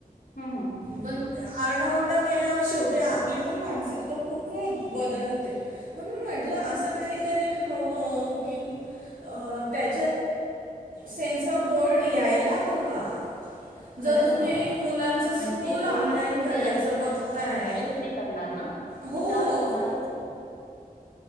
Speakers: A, on the left; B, on the right.
A: हम्म हम्
B: पण आरडाओरडा केल्यावर शेवटी आपली पण मानसिकता खूप बदलते म्हणून म्हटलं असं काही क त्या स ब पाहियला हवा जर
A: खरंच
B: तुम्ही
A: हवं आहे
B: मुलांचं स्कूल
A: म्हणजे
B: ऑनलाईन
A: जोपर्यंत
B: करायचं
A: ते असं
B: बघताय
A: त्यांचा हस्तक्षेप नाही करणार ना
B: हो
A: तू त्रास होणारच आहे